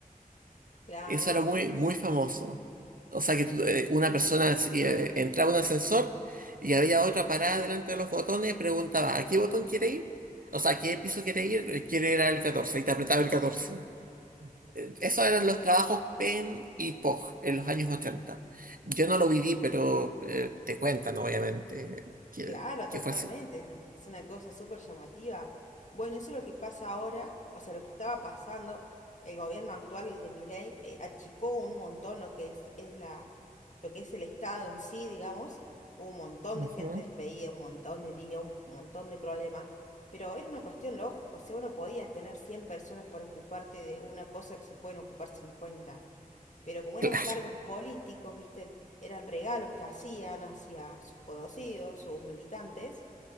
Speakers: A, on the left (about 50°); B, on the right (about 65°).
A: Claro,
B: Eso
A: es,
B: era muy,
A: es,
B: muy famoso. O sea que tú, eh, una persona eh, entraba a un ascensor y había otra parada delante de los botones, preguntaba, ¿a qué botón quiere ir? O sea, ¿a qué piso quiere ir? Eh, Quiere ir al catorce y te apretaba el catorce Eh, Esos eran los trabajos PEM y POG en los años ochenta Yo no lo viví, pero eh, te cuentan, obviamente, que,
A: claro,
B: que
A: totalmente.
B: fue así.
A: Es una cosa súper llamativa. Bueno, eso es lo que pasa ahora, o sea, lo que estaba pasando, el gobierno actual, el de Milei, eh, achicó un montón lo que es, es la, lo que es el Estado en sí, digamos. Hubo un montón
B: Ujú.
A: de gente despedida, un montón de lío, un montón de problemas. Pero era una cuestión lógica, o sea, vos no podías tener 100 personas para ocuparte de una cosa que se pueden ocupar cincuenta. pero como eran
B: Claro.
A: cargos políticos, ¿viste? Eran regalos que hacían hacia sus conocidos, sus militantes,